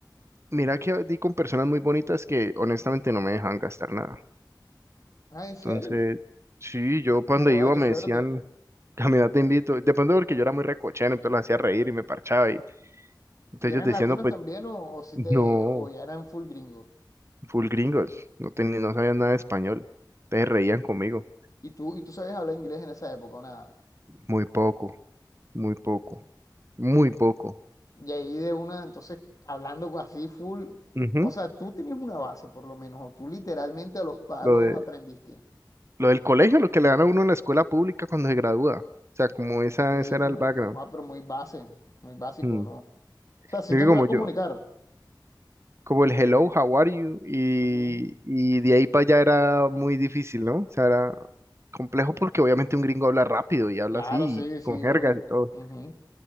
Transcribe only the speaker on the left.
Ah, ¿en serio?
Ojo,
ah, qué
suerte.
¿Y eran
latinos
también o, o si
te, o ya eran full gringos?
¿Y tú, y tú sabías hablar inglés en esa época o nada?
Y ahí de una, entonces, hablando con- así full,
o sea, tú tenías una base por lo menos, o tú literalmente a los palos
aprendiste.
Sí,
como,
ojo, ah, pero muy base, muy básico,
¿no? O sea, sí
te
podías
comunicar.
Ujú.
Claro,
sí, sí,
obvio.
Ujú.